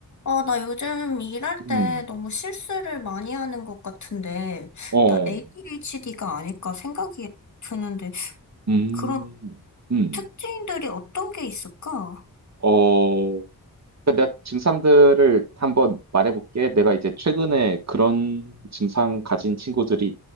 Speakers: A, on the left (about 50°); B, on the right (about 45°).
A: 아, 나 요즘 일할
B: 음,
A: 때 너무 실수를 많이 하는 것 같은데,
B: 어,
A: 나 ADHD가 아닐까 생각이 드는데,
B: 음,
A: 그런
B: 음,
A: 특징들이 어떤 게 있을까?
B: 어, 그러니까 내가 증상들을 한번 말해볼게. 내가 이제 최근에 그런 증상 가진 친구들이